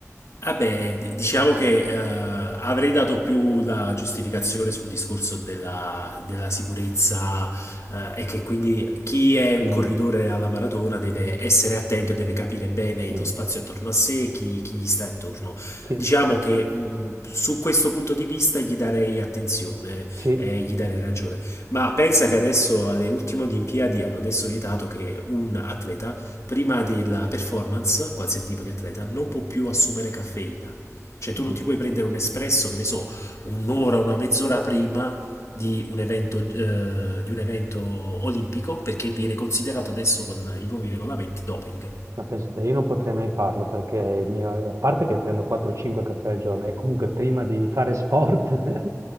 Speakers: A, on the left; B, on the right.
A: Vabbè, d- diciamo che eh, avrei dato più la giustificazione sul discorso della, della sicurezza eh, e che quindi chi è un
B: Mm,
A: corridore alla maratona deve essere attento e deve capire bene
B: mm,
A: lo spazio attorno a sé, chi, chi gli sta attorno.
B: sì,
A: Diciamo che mh, su questo punto di vista gli darei attenzione
B: sì,
A: e gli darei ragione. Ma pensa che adesso alle ultime Olimpiadi hanno adesso vietato che un atleta prima della performance, qualsiasi tipo di atleta, non può più assumere caffeina. Cioè tu
B: Mm,
A: non ti puoi prendere un espresso, che ne so, un'ora, una mezz'ora prima di un evento, eh, di un evento olimpico, perché viene considerato adesso con i nuovi regolamenti doping.
B: Ma pensate, io non potrei mai farlo perché il mio, a parte che prendo 4-5 caffè al giorno e comunque prima di fare sport <laughs>